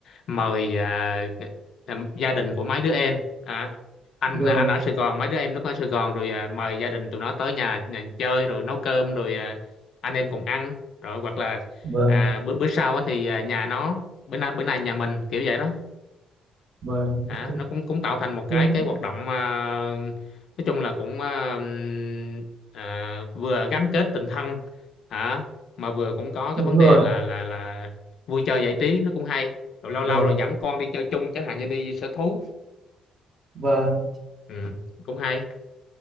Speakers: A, on the left (about 70°); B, on the right (about 45°).
A: mời à, gia đình của mấy đứa em Đó anh
B: rồi
A: anh ở Sài Gòn mấy đứa em nó ở Sài Gòn rồi à, mời gia đình tụi nó tới nhà, nhà chơi rồi nấu cơm rồi à, anh em cùng ăn rồi hoặc là
B: vâng
A: à, bữa bữa sau á thì à, nhà nó bữa nay bữa nay nhà mình kiểu vậy đó
B: vâng
A: à,
B: ok.
A: nó cũng cũng tạo thành một cái
B: Đúng,
A: cái hoạt động à, nói chung là cũng à, ừm, à, vừa gắn kết tình thân hả mà vừa cũng có cái
B: đúng
A: vấn đề
B: rồi
A: là là là vui chơi giải trí nó cũng hay rồi lâu
B: rồi
A: lâu rồi dẫn con đi chơi chung chẳng hạn như đi sở thú
B: và
A: ừ, cũng hay